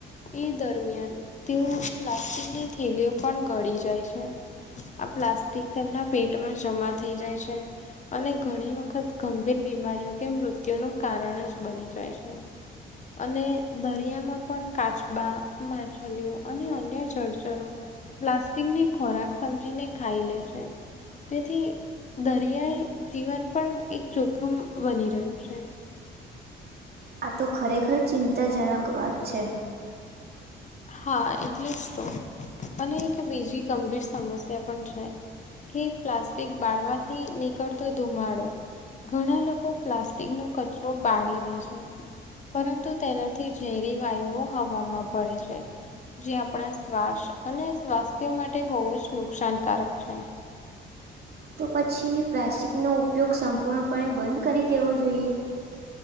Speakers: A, on the left; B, on the right.
A: એ દરમિયાન તેઓ પ્લાસ્ટિકની થેલીઓ પણ ઘડી જાય છે. આ પ્લાસ્ટિક તેમના પેટમાં જમા થઈ જાય છે. અને ઘણી વખત ગંભીર બીમારીઓ કે મૃત્યુનું કારણ જ બની જાય છે. અને દરિયામાં પણ કાચબા, માછલીઓ અને અન્ય જળચરો પ્લાસ્ટિકને ખોરાક સમજીને ખાઈ લે છે. તેથી દરિયાઈ જીવન પણ એક જોખમ બની રહ્યું છે.
B: આ તો ખરેખર ચિંતાજનક વાત છે.
A: હા એટલે જ તો. અને એક બીજી ગંભીર સમસ્યા પણ છે. થી પ્લાસ્ટિક બાળવાથી નીકળતો ધુમાડો. ઘણા લોકો પ્લાસ્ટિકનો કચરો બાળી દે છે. પરંતુ તેનાથી ઝેરી વાયુઓ હવામાં ભડે છ છે. જે આપણા શ્વાસ અને સ્વાસ્થ્ય માટે બહુ જ નુકસાનકારક છે.
B: તો પછી પ્લાસ્ટિકનો ઉપયોગ સંપૂર્ણપણે બંધ કરી દેવો જોઈએ?